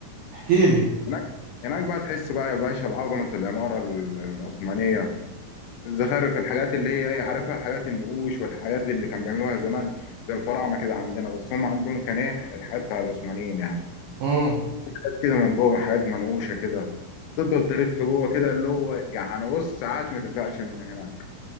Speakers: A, on the right; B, on the left.
A: احكي لي
B: هناك هناك بقى تحس بقى يا باشا بعظمه العماره ال- العثمانيه الزخارف الحاجات اللي هي إيه، عارفها الحاجات النقوش والحاجات اللي كان بيعملوها زمان زي الفراعنه كده عندنا بس هم عندهم كان ايه الحاجات بتاع العثمانيين يعني
A: امم
B: حاجات كده من جوه حاجات منقوشه كده تفضل تلف جوه كده اللي هو يعني بص ساعات ما تزهقش من هناك